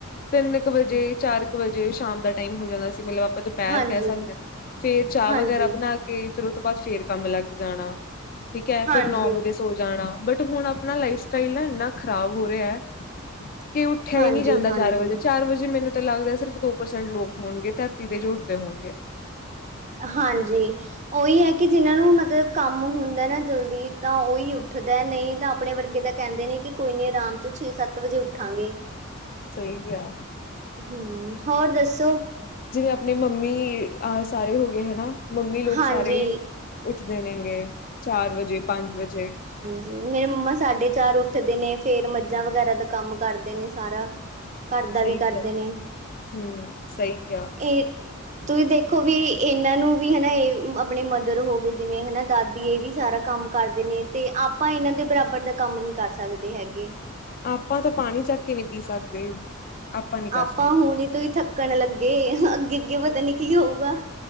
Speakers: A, on the left; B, on the right.
A: ਤਿੰਨ ਕੁ ਵਜੇ ਚਾਰ ਕੁ ਵਜੇ ਸ਼ਾਮ ਦਾ ਟਾਈਮ ਹੋ ਜਾਂਦਾ ਸੀ। ਮਤਲਬ ਆਪਾਂ ਪੇਰ
B: ਹਾਂਜੀ,
A: ਕਹਿ ਸਕਦੇ ਹਾਂ, ਫ਼ੇਰ ਚਾਹ
B: ਹਾਂਜੀ,
A: ਵਗੈਰਾ ਬਣਾ ਕੇ ਕੇ ਫੇਰ ਉਹ ਤੋਂ ਬਾਅਦ ਫ਼ੇਰ ਕੰਮ ਲੱਗ ਜਾਣਾ ਠੀਕ
B: ਹਾਂਜੀ।
A: ਹੈ। ਫੇਰ ਨੌ ਵਜੇ ਸੋ ਜਾਣਾ ਬਟ ਹੁਣ ਆਪਣਾ ਲਾਈਫ ਸਟਾਈਲ ਨਾ ਇੰਨਾ ਖ਼ਰਾਬ ਹੋ ਰਿਹਾ ਕਿ ਉੱਠਿਆ
B: ਹਾਂਜੀ,
A: ਹੀ ਨ੍ਹੀਂ ਜਾਂਦਾ
B: ਹਾਂਜੀ,
A: ਚਾਰ ਵਜੇ ਚਾਰ ਵਜੇ ਮੈਨੂੰ ਤਾਂ ਲੱਗਦਾ ਸਿਰਫ਼ ਦੋ ਪ੍ਰਸੈਂਟ ਲੋਕ ਹੋਣਗੇ ਧਰਤੀ ਤੇ ਜਿਹੜੇ ਉੱਠਦੇ ਹੋਣਗੇ
B: ਹਾਂਜੀ, ਉਹੀ ਏ ਕਿ ਜਿਹਨਾਂ ਨੂੰ ਮਤਲਬ ਕੰਮ ਹੁੰਦਾ ਨਾ ਜਲਦੀ ਤਾਂ ਉਹੀ ਉੱਠਦਾ ਨਹੀਂ ਤਾਂ, ਆਪਣੇ ਵਰਗੇ ਤਾਂ ਕਹਿੰਦੇ ਨੇ ਕਿ ਕੋਈ ਨੀ ਆਰਾਮ ਤੋਂ ਛੇ- ਸੱਤ ਵਜੇ ਉੱਠਾਂਗੇ।
A: ਸਹੀ ਕਿਹਾ।
B: ਹਮ, ਹੋਰ ਦੱਸੋਂ
A: ਜਿਵੇਂ ਆਪਣੀ ਮੰਮੀ ਅਹ ਸਾਰੇ ਹੋ ਗਏ ਹੈਨਾ ਮੰਮੀ ਲੋਕ
B: ਹਾਂਜੀ,
A: ਸਾਰੇ ਉੱਠਦੇ ਨੇ ਗੇ ਚਾਰ ਵਜੇ ਪੰਜ ਵਜੇ
B: ਜੀ ਮੇਰੇ ਮੰਮਾ ਸਾਡੇ ਚਾਰ ਉੱਠਦੇ ਨੇ ਫੇਰ ਮੱਝਾਂ ਵਗੈਰਾ ਦਾ ਕੰਮ ਕਰਦੇ ਨੇ ਸਾਰਾ ਘਰ ਦਾ
A: ਸਹੀ
B: ਵੀ ਕਰਦੇ
A: ਕਿਹਾ
B: ਨੇ
A: ਹੂੰ ਸਹੀ ਕਿਹਾ
B: ਇਹ ਤੁਸੀਂ ਦੇਖੋਂ ਵੀ ਇਹਨਾਂ ਨੂੰ ਵੀ ਹਨਾ ਇਹ ਆਪਣੇ ਮਦਰ ਹੋ ਗਏ ਜਿਵੇਂ ਹਨਾ ਦਾਦੀ ਇਹ ਵੀ ਸਾਰਾ ਕੰਮ ਕਰਦੇ ਨੇ ਤੇ ਆਪਾਂ ਇਹਨਾਂ ਦੇ ਬਰਾਬਰ ਦਾ ਕੰਮ ਨ੍ਹੀਂ ਕਰ ਸਕਦੇ ਹੈਗੇ
A: ਆਪਾਂ ਤਾਂ ਪਾਣੀ ਚੱਕ ਕੇ ਨ੍ਹੀਂ ਪੀ ਸਕਦੇ। ਨਹੀਂ ਕਰ
B: ਆਪਾਂ
A: ਸਕਦੇ
B: ਹੁਣੇ ਤੋਂ ਹੀ ਥੱਕਣ ਲੱਗੇ ਅੱਗੇ- ਅੱਗੇ ਪਤਾ ਨੀ ਕੀ ਹੋਊਗਾ।